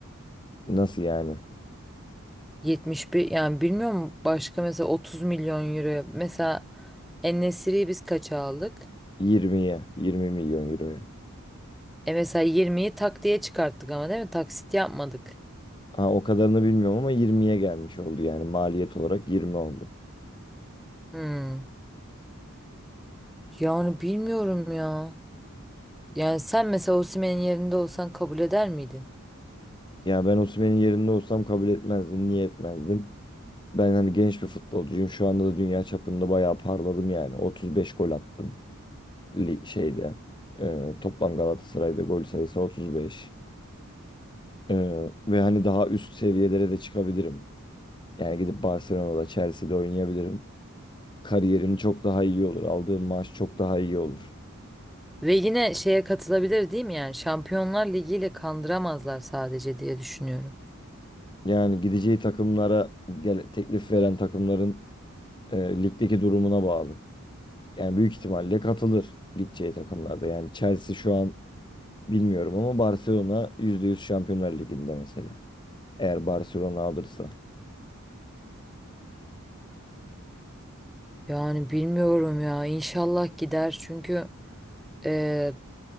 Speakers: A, on the left (about 20°); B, in the centre.
A: nasıl yani?
B: 71 yani bilmiyorum başka mesela 30 milyon euro. Mesela en biz kaça aldık?
A: Yirmiye, 20 milyon euroya.
B: E mesela yirmiyi tak diye çıkarttık ama değil mi? Taksit yapmadık.
A: Ha o kadarını bilmiyorum ama yirmiye gelmiş oldu yani maliyet olarak 20 oldu.
B: Hmm. Yani bilmiyorum ya. Yani sen mesela Osimhen'in yerinde olsan kabul eder miydin?
A: Ya ben Osimhen'in yerinde olsam kabul etmezdim. Niye etmezdim? Ben hani genç bir futbolcuyum. Şu anda da dünya çapında bayağı parladım yani. 35 gol attım li- şeyde. Ee, toplam Galatasaray'da gol sayısı 35. Ee, ve hani daha üst seviyelere de çıkabilirim. Yani gidip Barcelona'da, Chelsea'de oynayabilirim. Kariyerim çok daha iyi olur. Aldığım maaş çok daha iyi olur.
B: Ve yine şeye katılabilir değil mi yani? Şampiyonlar Ligi ile kandıramazlar sadece diye düşünüyorum.
A: Yani gideceği takımlara gel teklif veren takımların e, ligdeki durumuna bağlı. Yani büyük ihtimalle katılır gideceği takımlarda. Yani Chelsea şu an bilmiyorum ama Barcelona %100 Şampiyonlar Ligi'nde mesela. Eğer Barcelona alırsa.
B: Yani bilmiyorum ya. İnşallah gider çünkü e,